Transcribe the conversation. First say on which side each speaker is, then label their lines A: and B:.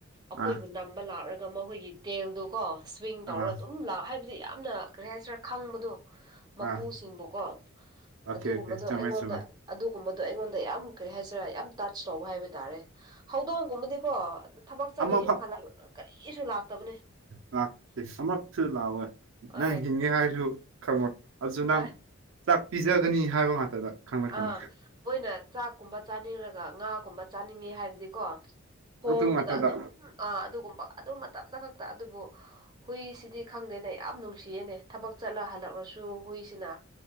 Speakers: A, on the right; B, on the right.
A: ꯑꯈꯣꯏꯕꯨ
B: ꯑꯥ
A: ꯅꯝꯕ ꯂꯥꯛꯂꯒ ꯃꯍꯣꯏꯒꯤ ꯇꯦꯜꯗꯨꯀꯣ ꯁ꯭ꯋꯤꯡ ꯇꯧꯔꯒ
B: ꯑꯥ
A: ꯑꯗꯨꯝ ꯂꯥꯛ ꯍꯥꯏꯕꯗꯤ ꯌꯥꯝꯅ ꯀꯔꯤ ꯍꯥꯏꯁꯤꯔꯥ ꯈꯪꯕꯗꯣ ꯃꯄꯨꯁꯤꯡꯕꯨꯀꯣ
B: ꯑꯥ ꯑꯣꯀꯦ
A: ꯑꯗꯨꯒꯨꯝꯕꯗꯣ
B: ꯑꯣꯀꯦ ꯆꯨꯝꯃꯦ
A: ꯑꯩꯉꯣꯟꯗ
B: ꯆꯨꯝꯃꯦ
A: ꯑꯗꯨꯒꯨꯝꯕꯗꯣ ꯑꯩꯉꯣꯟꯗ ꯌꯥꯝ ꯀꯔꯤ ꯍꯥꯏꯁꯤꯔꯥ ꯌꯥꯝ ꯇꯆ ꯇꯧꯕ ꯍꯥꯏꯕ ꯇꯥꯔꯦ ꯍꯧꯗꯣꯡꯒꯨꯝꯕꯗꯤꯀꯣ ꯑꯗꯨ ꯊꯕꯛ ꯆꯠꯂ
B: ꯑꯃ
A: ꯌꯨꯝ
B: ꯐꯥꯎ
A: ꯍꯜꯂ ꯀꯔꯤꯁꯨ ꯂꯥꯛꯇꯕꯅꯦ꯫
B: ꯂꯥꯛꯇꯦ ꯁꯨ ꯂꯥꯛꯑꯣꯏ
A: ꯍꯣꯏ
B: ꯅꯪ ꯍꯤꯡꯉꯦ ꯍꯥꯏꯔꯁꯨ ꯈꯪꯉꯣꯏ ꯑꯗꯨꯁꯨ
A: ꯍꯣꯏ
B: ꯅꯪ ꯆꯥꯛ ꯄꯤꯖꯒꯅꯤ ꯍꯥꯏꯕ ꯉꯥꯛꯇꯗ ꯈꯪꯂꯛꯀꯅꯤ
A: ꯑꯥ ꯃꯣꯏꯅ ꯆꯥꯛꯀꯨꯝꯕ ꯆꯥꯅꯤꯔꯒ ꯉꯥꯒꯨꯝꯕ ꯆꯥꯅꯤꯡꯉꯦ ꯍꯥꯏꯔꯗꯤꯀꯣ ꯈꯣꯡꯗꯨꯗ
B: ꯂꯣꯛꯇꯨ ꯉꯥꯛꯇꯗ
A: ꯑꯗꯨꯝ ꯑꯥ ꯑꯗꯨꯒꯨꯝꯕ ꯑꯗꯨ ꯃꯇꯝꯗ ꯈꯛ ꯇꯥ ꯑꯗꯨꯕꯨ ꯍꯨꯏꯁꯤꯗꯤ ꯈꯪꯗꯦꯅꯦ ꯌꯥꯝ ꯅꯨꯡꯁꯤꯌꯦꯅꯦ ꯊꯕꯛ ꯆꯠꯂ ꯍꯜꯂꯛꯂꯁꯨ ꯍꯨꯏꯁꯤꯅ